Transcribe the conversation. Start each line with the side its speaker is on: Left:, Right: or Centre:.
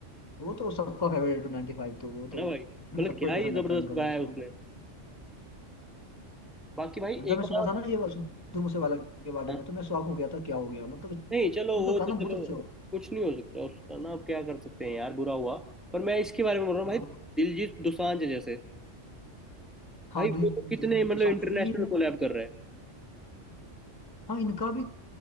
Left: वो तो सबका फेवरेट टू 95 तो वो
Centre: है
Left: तो
Centre: ना भाई मतलब
Left: सबको
Centre: क्या
Left: ही
Centre: ही
Left: पसंद
Centre: जबरदस्त
Left: आता है उनका वो
Centre: गाया
Left: सॉन्ग
Centre: है उसने बाकी भाई
Left: जब
Centre: एक
Left: मैं सुना
Centre: और
Left: था ना ये सिद्धू मूसेवाला के बारे
Centre: हाँ
Left: में तो मैं शॉक हो गया था क्या हो गया मतलब
Centre: नहीं चलो
Left: उनका
Centre: वो
Left: गाना
Centre: तो चलो
Left: बहुत अच्छा हो
Centre: कुछ नहीं हो सकता उसका ना अब क्या कर सकते हैं यार बुरा हुआ पर मैं इसके बारे में बोल रहा
Left: हाँ
Centre: हूँ भाई दिलजीत दोसांझ जैसे
Left: हाँ
Centre: भाई
Left: दिल
Centre: वो तो कितने
Left: दिल दोसांझ
Centre: मतलब इंटरनेशनल
Left: ये
Centre: कोलैब कर रहे हैं
Left: हाँ इनका भी